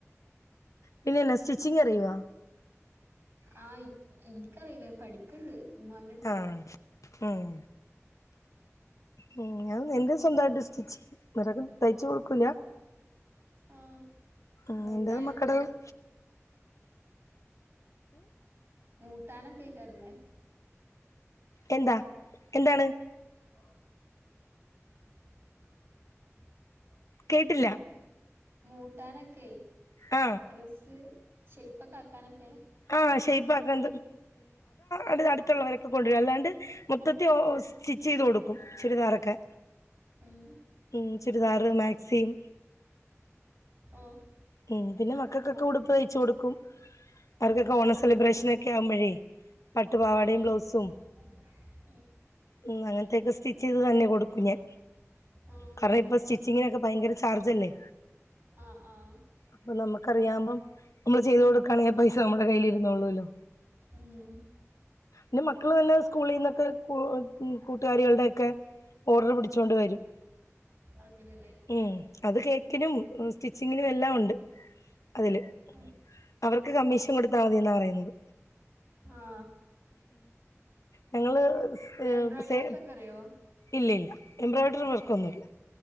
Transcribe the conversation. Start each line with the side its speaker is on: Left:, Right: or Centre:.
Left: പിന്നെന്നാ സ്റ്റിച്ചിങ് അറിയോ?
Right: ആഹ് ഇൻക്കറിയില്ല പഠി ക്ക്ണ്ട് ഇമ്മാൻ്റെ എ
Left: ആഹ് ഉം ഉം ഞാൻ എന്റെ സ്വന്തമായിട്ട് സ്റ്റിച്ച് ചെയ്യും അല്ലാതെ തയ്ച്ചു കൊടുക്കൂല
Right: ആഹ്
Left: ആഹ്
Right: മൂട്ടാനും
Left: എൻ്റെതും മക്കടതും
Right: കൂട്ടാനൊക്കെയ്ക്കാരലേ
Left: എന്താ എന്താണ്
Right: <inaudible>
Left: കേട്ടില്ല
Right: മൂട്ടാനൊക്കെ
Left: ആ
Right: ഡ്രസ്സ് ഷെയ്പ ഒക്കെ ആക്കാനൊക്കെ
Left: ആഹ് ഷെയ്പ്പാക്കാൻ അത് അടുത്തുള്ളവരൊക്കെ കൊണ്ടുവരും അല്ലാണ്ട് - മൊത്തത്തി സ്റ്റിച്ച് ചെയ്ത് കൊടുക്കും ചുരിദാറൊക്കെ
Right: ഉം
Left: ഉം ചുരിദാറ് മാക്സിം
Right: ഓഹ്
Left: ഉം പിന്നെ മക്കൾക്കൊക്കെ ഉടുപ്പ് തയ്ച്ചു കൊടുക്കും അവർക്ക്
Right: ഉം
Left: ഒക്കെ ഓണ സെലിബ്രേഷനൊക്കെ ആകുമ്പോഴേ പട്ടു പാവാടയും
Right: ആ
Left: ബ്ലൗസും
Right: ആ <unintelligible>
Left: ഉം അങ്ങൻത്തെക്കെ സ്റ്റിച്ച് ചെയ്ത് തന്നെ കൊടുക്കും ഞാൻ
Right: ആ
Left: കാരണം ഇപ്പ സ്റ്റി ചിങ്ങനൊക്കെ ഭയങ്കര ചാർജ്ജ് അല്ലെ?
Right: ആഹ് ആഹ്
Left: അപ്പൊ നമുക്കറിയാവ്പം നമ്മള് ചെയ്ത് കൊടുക്കുകയാണെങ്കിൽ ആ പൈസ ഇത് നമ്മുടെ കയ്യിലിരുന്നൊളുവല്ലോ
Right: ഉം
Left: ന്നെ മക്കള് തന്നെ സ്കൂളിന്നൊക്കെ കൂ കൂട്ടുകാരികളുടെ ഒക്കെ ഓർഡർ പിടിച്ചൊണ്ട് വരും
Right: അങ്ങനെല്ലേ
Left: ഉം അത് കേക്കിനും സ്റ്റിച്ചിങ്ങിനും എല്ലാം ഉണ്ട് അതില്
Right: ആഹ്
Left: അവർക്ക് കമ്മീഷൻ കൊടുത്താൽ മതി എന്നാ പറയുന്നത്
Right: ആ
Left: ഞങ്ങള്
Right: എംബ്രോയ്ഡറി
Left: സേ
Right: വർക്കൊക്കെ അറിയോ
Left: ഇല്ല ഇല്ല എംബ്രോയിഡറി വർക്കൊന്നുമില്ല